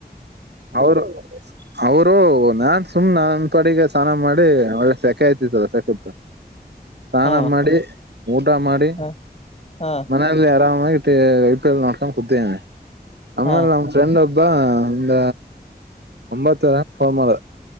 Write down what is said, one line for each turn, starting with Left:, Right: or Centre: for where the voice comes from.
Right: ಅವ್ರ ಅವ್ರು ನಾನ್ ಸುಮ್ ನನ್ ಪಡಿಗೆ ಸ್ನಾನ ಮಾಡಿ ಒಳ್ಳೆ ಸೆಕೆಯ್ತಿತ್ತಲ್ಲ ಸಕತ್ ಸ್ನಾನ
Left: ಹಾ
Right: ಮಾಡಿ ಊಟ ಮಾಡಿ
Left: ಹಾ ಹಾ
Right: ಮನೆಯಲ್ಲಿ ಆರಾಮಾಗಿ ಇರ್ ಮತ್ತೆ ಎಪ್ರಿಲ್ ನೊಕ ಕುತಿದೀನಿ ಅಮ್ಮಲ್
Left: ಹಾ
Right: ನಮ್ ಫ್ರೆಂಡ್ ಒಬ್ ಬಾ ಒಂದ ಒಂಬತ್ತುವರೇ ಹಂಗ್ ಫೋಮ್ ಮಾಡ